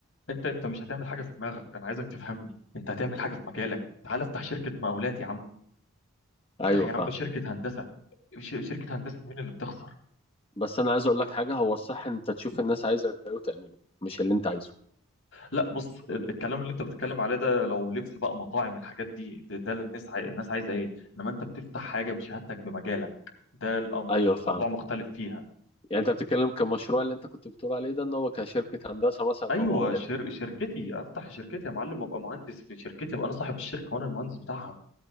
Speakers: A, on the left; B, on the left.
A: انت انت مش هتعمل حاجه في دماغك انا عايزك تفهمني انت هتعمل حاجه في مجالك تعال افتح شركه مقاولات يا عم افتح
B: ايوه
A: يا
B: فاهم
A: عم شركه هندسه ش- شركه هندسه مين اللي بتخسر
B: بس انا عايز اقول لك حاجة هو الصح ان انت تشوف الناس عايزة ايه وتعمله مش اللي انت عايزه
A: لا بص الكلام اللي انت بتتكلم عليه ده لو لبس بقى مطاعم الحاجات دي ده, ده الناس عاي... الناس عايزه ايه انما انت بتفتح حاجه بشهادتك بمجالك ده الأم-
B: ايوه
A: الموضوع
B: فاهم
A: مختلف فيها
B: يعني انت بتتكلم كمشروع اللي انت كنت بتقول عليه ده ان هو كشركة هندسة مثلا
A: ايوه
B: او مقاولات
A: شر... شركتي افتح شركتي يا معلم ابقى مهندس في شركتي ابقى انا صاحب الشركه وانا المهندس بتاعها